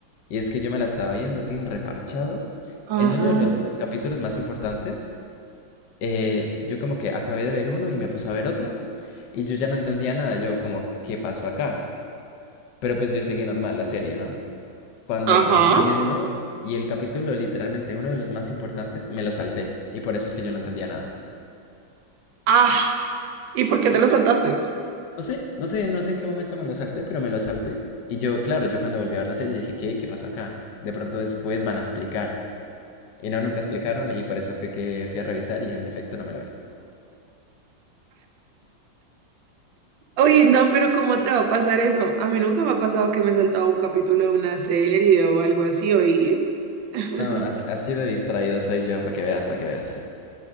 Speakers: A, on the left (about 70°); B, on the right (about 75°).
A: Y es que yo me la estaba viendo, Tin, reparchado.
B: Ajá.
A: En uno de los capítulos más importantes eh, yo como que acabé de ver uno y me puse a ver otro y yo ya no entendía nada, yo como, ¿qué pasó acá? Pero pues yo seguí normal la serie, ¿no? Cuando
B: Ajá.
A: voy viendo y el capítulo literalmente uno de los más importantes, me lo salté y por eso es que yo no entendía nada.
B: Ah. ¿Y por qué te lo saltaste?
A: No sé, no sé, no sé en qué momento me lo salté, pero me lo salté. Y yo, claro, yo cuando volví a ver la serie dije, ¿qué? ¿Qué pasó acá? De pronto después van a explicar. Y no, nunca explicaron y por eso fue que fui a revisar y en efecto no me lo vi.
B: Uy, no, pero ¿cómo te va a pasar eso? A mí nunca me ha pasado que me he saltado un capítulo de una serie o algo así, ¿oís? <laughs>
A: No, as- así de distraído soy yo, para que veas, para que veas.